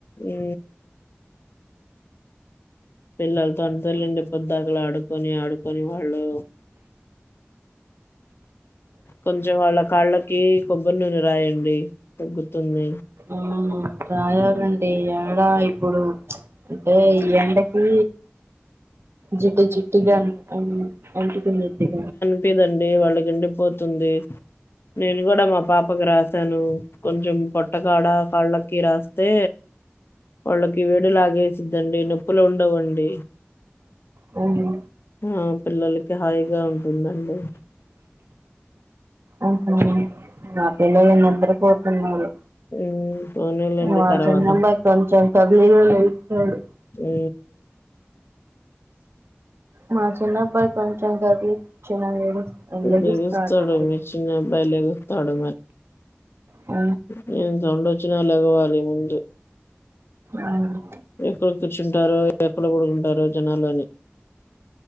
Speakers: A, on the left; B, on the right.
A: ఊ పిల్లలతో అంతెల్లెండి పొద్దాకల ఆడుకొని ఆడుకొని వాళ్ళు కొంచెం వాళ్ళ కాళ్ళకి కొబ్బరి నూనె రాయండి తగ్గుతుంది
B: ఆ రాయలండి యాడ ఇప్పుడు అంటే ఈ ఎండకి జిడ్డు జిడ్డుగా అన్ అంటుకున్నట్టుగ
A: లేదండి వాళ్ళకి ఎండిపోతుంది నేను కూడా మా పాపకి రాసాను కొంచెం పట్ టకాడా కాళ్ళకి రాస్తే వాళ్ళకి వేడి లాగేస్ తుంది నొప్పులు ఉండవండి
B: అవును
A: ఆ పిల్లలకి హాయిగా ఉంటుందండి
B: ఆహా నా పిల్లలు నిద్రపోతున్నారు
A: మ్మ్ పోనీలేండి
B: మా
A: తర్వాత
B: చిన్నబ్బాయి కొంచెం కదిలిన లేస్తాడు
A: ఊ
B: మా చిన్నబ్బాయి కొంచెం కదిలి చిన లేడు లేగుస్తా
A: లెగుస్తాడు
B: ఉంటడు
A: మీ చిన్న అబ్బాయి లెగుస్తాడు
B: ఆ
A: నేను సౌండోచ్చిన లెగవాలి ముందు
B: అవును
A: ఎక్కడ కూర్చుంటారో ఎక్కడ పడుకుంటారో జనాల్లోని